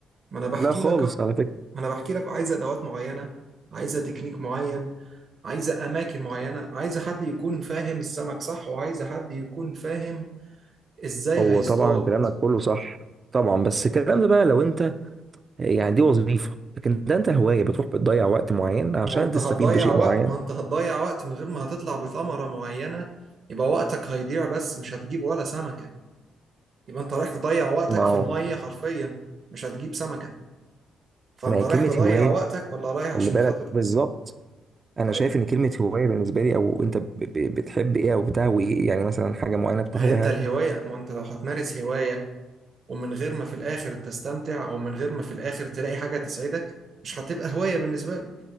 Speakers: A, on the right; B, on the right.
A: ما أنا بحكي
B: لا خالص
A: لك أهو
B: على فكرة
A: ما أنا بحكي لك عايزة أدوات معينة عايزة تكنيك معين عايزة أماكن معينة عايزة حد يكون فاهم السمك صح وعايزة حد يكون فاهم ازاي
B: هو
A: هيصطاد
B: طبعا كلامك كله صح طبعا بس الكلام ده بقى لو أنت يعني دي وظيفة لكن ده أنت هواية بتروح بتضيع وقت معين عشان
A: هو انت
B: تستفيد
A: هتضيع
B: بشيء
A: وقت
B: معين
A: ما انت هتضيع وقت من غير ما هتطلع بثمرة معينة يبقى وقتك هيضيع بس مش هتجيب ولا سمكة يبقى انت رايح تضيع وقتك
B: ما هو
A: في المية حرفيا مش هتجيب سمكة فانت
B: ما هي
A: رايح
B: كلمة
A: تضيع
B: هواية
A: وقتك ولا رايح عشان
B: خلي بالك
A: خاطر
B: بالظبط انا
A: طيب
B: شايف ان كلمه هوايه بالنسبه لي او انت ب- ب- بتحب ايه او بتهوي ايه يعني مثلا حاجه معينه بتهواها
A: ما هي انت الهواية ما انت لو هتمارس هواية ومن غير ما في الاخر تستمتع او من غير ما في الاخر تلاقي حاجة تسعدك مش هتبقى هواية بالنسبة لك